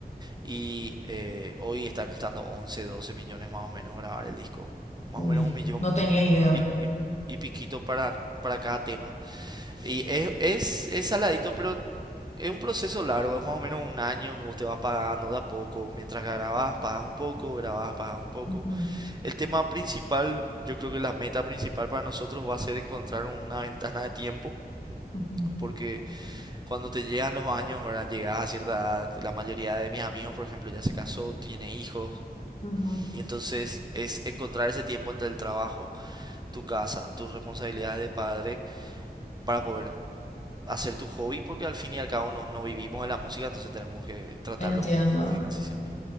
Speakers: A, on the right; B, on the left.
A: y eh, hoy está costando 11, 12 millones más o menos grabar el disco. Más
B: Uy,
A: o menos un millón
B: no tenía idea.
A: pi- y, y piquito para, para cada tema. Y es, es, es saladito, pero es un proceso largo, es más o menos un año que vos te vas pagando de a poco. Mientras grabás, pagas un poco, grabás, pagas un poco.
B: Ujú,
A: El tema principal, yo creo que la meta principal para nosotros va a ser encontrar una ventana de tiempo,
B: ujú,
A: porque cuando te llegan los años, ¿verdad? Llegas a cierta edad, la mayoría de mis amigos, por ejemplo, ya se casó, tiene hijos,
B: ujú.
A: y entonces es encontrar ese tiempo entre el trabajo, tu casa, tus responsabilidades de padre, para poder hacer tu hobby, porque al fin y al cabo no, no vivimos de la música, entonces tenemos que tratarlo
B: Entiendo,
A: como un hobby casi siempre.